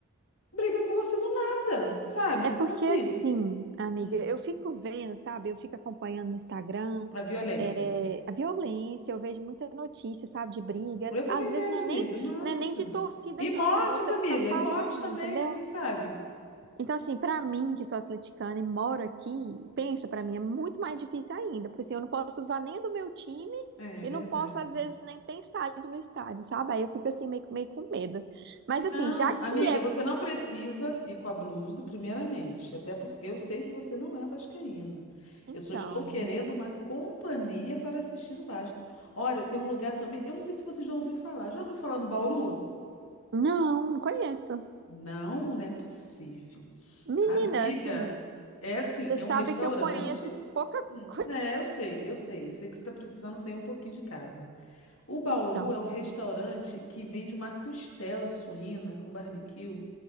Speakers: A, on the left; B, on the right.
A: Briga com você do nada, sabe?
B: É
A: Então,
B: porque
A: assim,
B: assim, amiga,
A: hum,
B: eu fico vendo, sabe? Eu fico acompanhando no Instagram,
A: a violência.
B: é, a violência, eu vejo muita notícia, sabe, de briga.
A: Eu também
B: Às vezes
A: vejo,
B: não é nem,
A: amiga. Nossa.
B: não é nem de torcida,
A: E
B: não,
A: mortes,
B: é igual você
A: amiga,
B: tá falando,
A: e mortes também,
B: entendeu?
A: assim, sabe?
B: Então, assim, pra mim, que sou atleticana e moro aqui, pensa, pra mim é muito mais difícil ainda, porque assim, eu não posso usar nem do meu time
A: É,
B: e
A: é verdade.
B: não posso, às vezes, nem pensar de ir no estádio, sabe? Aí eu fico assim, meio, meio com medo. Mas
A: Não,
B: assim, já que
A: amiga,
B: é.
A: você não precisa ir com a blusa, primeiramente, até porque eu sei que você não é vascaína.
B: Então,
A: Eu só estou
B: amiga.
A: querendo uma companhia para assistir o Vasco. Olha, tem um lugar também, eu não sei se você já ouviu falar. Já ouviu falar no Bauru?
B: Não, não conheço.
A: Não, não é possível.
B: Menina,
A: Amiga,
B: assim,
A: é assim,
B: você
A: é
B: sabe
A: um restaurante.
B: que eu conheço pouca
A: Hum,
B: <laughs> coisa.
A: É, eu sei, eu sei. Eu sei que você está precisando sair um pouquinho de casa. O Bauru
B: Então,
A: é um restaurante que vende uma costela suína com barbecue,